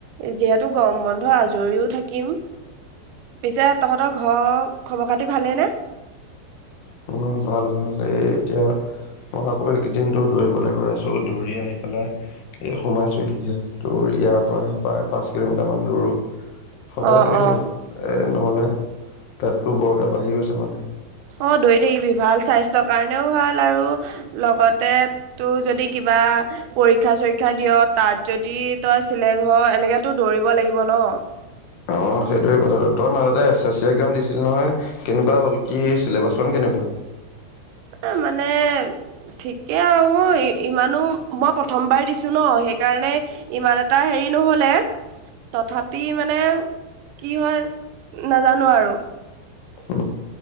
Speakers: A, on the right; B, on the left.
A: যিহেতু গম বন্ধ আজৰিও থাকিম। পিছে তহঁতৰ ঘৰৰ খবৰ খাতি ভালেই নে।
B: অ ভাল ভাল এই এতিয়া মই আকৌ এইকেইদিনটো দৰি। গবলৈ গৈ আছোঁ দৌৰি আহি পেলাই এই সোমাইছোঁহিহে তো ইয়াত। প্ৰায় পাঁচ কিলোমিটাৰমান দৌৰোঁ। সদায়
A: অ',
B: দৌৰিছো
A: অ'।
B: এ নহলে পেটটো বৰকে বাঢ়ি গৈছে মানে।
A: অঁ দৰি থাকিবি ভাল স্বাস্থ্যৰ কাৰণেও ভাল আৰু লগতে তোৰ যদি কিবা। পৰীক্ষা চৰীক্ষা দিয় তাত যদি তই চিলেক্ট হ এনেকেতো দৌৰিব লাগিব ন।
B: অ সেইটোয়ে কথাটো। তই মাজতে এছ এছ চি এক্সাম দিছিল নহয় কেনেকুৱা হ'ল কি ছিলেবাছ খন কেনেকুৱা।
A: এ মানে ঠিকে আৰু। অ ইমানো মই প্ৰথমবাৰ দিছো ন সেইকাৰণে ইমান এটা হেৰি নহলে। তথাপি মানে কি হয় নাজানো আৰু।
B: উ